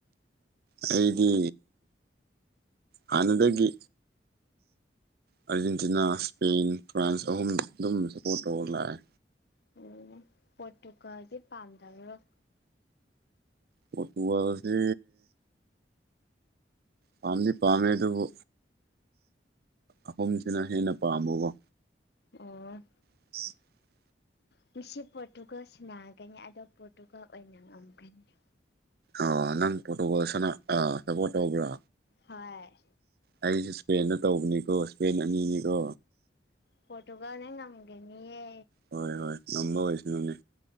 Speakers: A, on the right; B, on the left.
A: ꯑꯩꯗꯤ ꯍꯥꯟꯅꯗꯒꯤ ꯑꯥꯔꯖꯦꯟꯇꯤꯅꯥ ꯏꯁꯄꯦꯟ ꯐ꯭ꯔꯥꯟꯁ ꯑꯍꯨꯝ ꯑꯗꯨꯝ ꯁꯞꯄꯣꯔꯠ ꯇꯧꯔ ꯂꯥꯛꯑꯦ
B: ꯎꯝ ꯄꯣꯔꯇꯨꯒꯜꯗꯤ ꯄꯥꯝꯗꯕꯔ꯭
A: ꯄꯣꯔꯇꯨꯒꯜ ꯁꯤ ꯄꯥꯝꯗꯤ ꯄꯥꯝꯃꯦ ꯑꯗꯨꯕꯨ ꯑꯍꯨꯝꯁꯤꯅ ꯍꯦꯟꯅ ꯄꯥꯝꯕꯀꯣ
B: ꯑꯣ
A: <inaudible>
B: ꯉꯥꯁꯤ ꯄꯣꯔꯇꯨꯒꯜ ꯁꯤꯅꯥꯒꯅꯤ ꯑꯗꯣ ꯄꯣꯔꯇꯨꯒꯜ ꯑꯣꯏꯅ ꯉꯝꯒꯅꯤ
A: ꯑꯣ ꯅꯪ ꯄꯣꯔꯇꯨꯒꯂ ꯁꯅ ꯁꯄꯣꯔꯠ ꯇꯧꯕ꯭ꯔꯥ
B: ꯍꯣꯏ
A: ꯑꯩꯁꯨꯦ ꯏꯁꯄꯦꯟꯗ ꯇꯧꯕꯅꯤꯀꯣ ꯏꯁꯄꯦꯟ ꯑꯅꯤꯅꯤꯀꯣ
B: ꯄꯣꯔꯇꯨꯒꯜ ꯅꯥ ꯉꯝꯒꯅꯤꯌꯦ
A: ꯍꯣꯏ ꯍꯣꯏ ꯉꯝꯕ ꯑꯣꯏꯁꯅꯨꯅꯦ